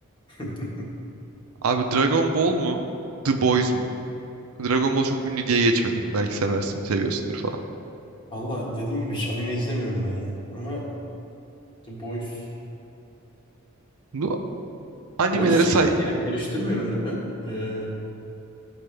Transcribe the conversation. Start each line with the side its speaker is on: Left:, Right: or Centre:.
Left: <laughs>
Right: Abi Dragon Ball mu? The Boys mu? Dragon Ball çok ünlü diye geçmedim. Belki seversin, seviyorsundur falan.
Left: Valla dediğim gibi hiç anime izlemiyorum ben ya. Ama The Boys
Right: Bu animelere
Left: O şey
Right: say...
Left: miydi ya? Karıştırmıyorum değil mi? Ee,